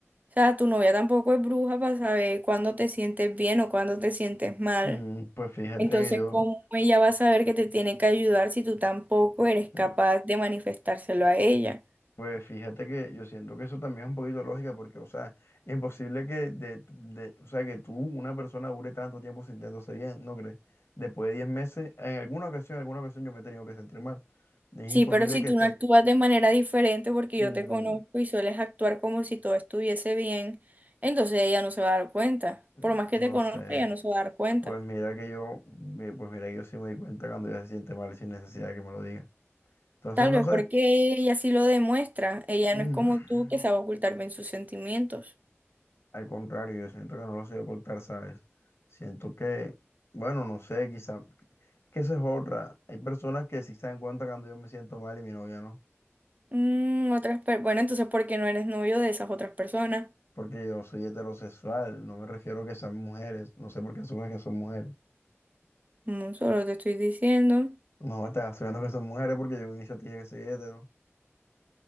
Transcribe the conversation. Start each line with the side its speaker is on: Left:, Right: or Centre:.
Right: o sea, tu novia tampoco es bruja para saber cuándo te sientes bien o cuándo te sientes mal.
Left: Mm, Pues fíjate
Right: Entonces,
Left: que yo,
Right: ¿cómo ella va a saber que te tiene que ayudar si tú tampoco eres capaz
Left: mm,
Right: de manifestárselo a ella?
Left: Pues fíjate que yo siento que eso también es un poquito lógica porque, o sea, es imposible que, de, de- o sea, que tú, una persona, dure tanto tiempo sintiéndose bien, ¿no crees? Después de 10 meses, en alguna ocasión, en alguna ocasión yo me he tenido que sentir mal. Es
Right: Sí,
Left: imposible
Right: pero si
Left: que
Right: tú
Left: esté,
Right: no actúas de manera diferente porque
Left: mm,
Right: yo te conozco y sueles actuar como si todo estuviese bien, entonces ella no se va a dar cuenta.
Left: mm,
Right: Por más que
Left: no
Right: te conozca,
Left: sé,
Right: ella no se va a dar cuenta.
Left: pues mira que yo, mi- pues mira que yo sí me di cuenta cuando ya se siente mal sin necesidad de que me lo diga. Entonces,
Right: Tal
Left: no
Right: vez
Left: sé,
Right: porque ella sí lo demuestra. Ella
Left: mm,
Right: no es como tú que sabe ocultar bien sus sentimientos.
Left: al contrario, yo siento que no lo sé ocultar, ¿sabes? Siento que, bueno, no sé, quizá que eso es otra. Hay personas que sí se dan cuenta cuando yo me siento mal y mi novia no.
Right: Mm, otras per- bueno, entonces ¿por qué no eres novio de esas otras personas?
Left: Porque yo soy heterosexual, no me refiero a que sean mujeres. No sé por qué asumes que son mujeres.
Right: No, solo te estoy diciendo.
Left: No, estás asumiendo que son mujeres porque yo en un inicio te dije que soy hetero.